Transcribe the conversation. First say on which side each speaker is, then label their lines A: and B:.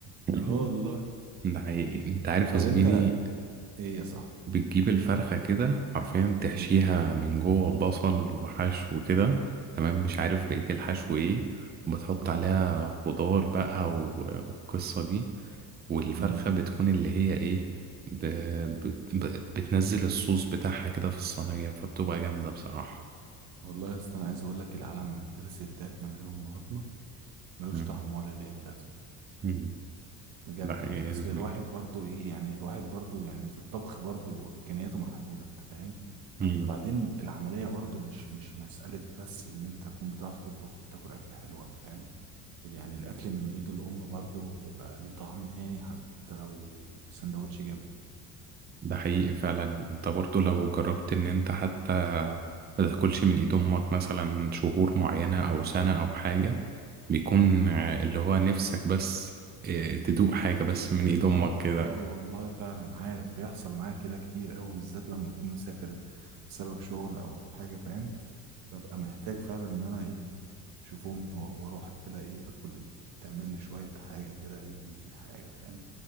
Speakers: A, on the right; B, on the right.
A: <laughs>
B: اه والله
A: ده حقيقي انت عارف
B: طب
A: يا زميلي
B: انت ايه يا صاحبي
A: بتجيب الفرخة كده حرفيا تحشيها
B: امم
A: من جوه بصل وحشو كده تمام مش عارف بقية الحشو ايه وبتحط
B: اه
A: عليها خضار بقى و- والقصة دي والفرخة
B: امم
A: بتكون اللي هي ايه ب... ب... ب... بتنزل الصوص بتاعها كده في الصينية فبتبقى جامدة بصراحة
B: والله يا اسطى انا عايز اقول لك العالم من غير ستات من غير امهاتنا ملوش
A: مم.
B: طعم ولا ليه اي لازمه
A: مم.
B: بجد
A: ده حقيقي
B: يعني
A: يا
B: اصل
A: زميلي
B: الواحد برضو ايه يعني الواحد برضو يعني في الطبخ برضو امكانياته محدوده انت فاهم
A: مم.
B: وبعدين العمليه برضو مش مش مساله بس ان انت تكون بتعرف تطبخ وبتاكل اكل حلوه فاهم يعني الاكل من ايد الام برضو بيبقى ليه طعم تاني حتى لو سندوتش جبنه
A: ده حقيقي فعلا انت برضو لو جربت ان انت حتى ما تاكلش من ايد امك مثلا شهور معينة او سنة او حاجة بيكون ع- اللي هو نفسك بس اه، تدوق حاجة
B: انت
A: بس من ايد
B: اه
A: امك كده
B: اه والله فعلا عارف بيحصل معايا كده كتير قوي بالذات لما اكون مسافر بسبب شغل او حاجه فاهم ببقى محتاج فعلا ان انا ايه اشوف امي و- واروح كده ايه اكل تعمل لي شويه حاجه كده اي حاجه فاهم